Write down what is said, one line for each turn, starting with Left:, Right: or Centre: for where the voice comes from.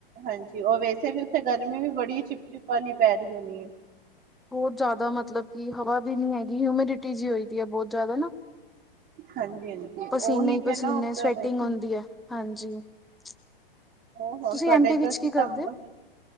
Right: ਹਾਂਜੀ। ਉਹ ਵੈਸੇ ਵੀ ਉੱਥੇ ਗਰਮੀ ਵੀ ਬੜੀ ਚਿਪ- ਚਿਪ ਵਾਲੀ ਪੈ ਰਹੀ ਹੋਣੀ ਹੈ।
Centre: ਬਹੁਤ ਜ਼ਿਆਦਾ ਮਤਲਬ ਕਿ ਹਵਾ ਵੀ ਨੀ ਹੈਗੀ। ਹਿਊਮਿਡਿਟੀ ਜਿ ਹੋਈ ਦੀ ਹੈ, ਬਹੁਤ ਜ਼ਿਆਦਾ ਨਾ।
Right: ਹਾਂਜੀ ਹਾਂਜੀ ਉਹੀ
Centre: ਪਸੀਨੇ ਹੀ
Right: ਤੇ
Centre: ਪਸੀਨੇ,
Right: ਨਾ ਉੱਧਰ
Centre: ਸਵੈਟਿੰਗ ਹੁੰਦੀ ਹੈ, ਹਾਂਜੀ। <unintelligible>
Right: ਔ ਹੁਣ
Centre: ਤੁਸੀਂ
Right: ਤੁਹਾਡੇ
Centre: ਐਮ ਪੀ
Right: ਈਧਰ
Centre: ਵਿੱਚ
Right: ਸਿਤਮਬਰ,
Centre: ਕੀ ਕਰਦੇ ਹੋ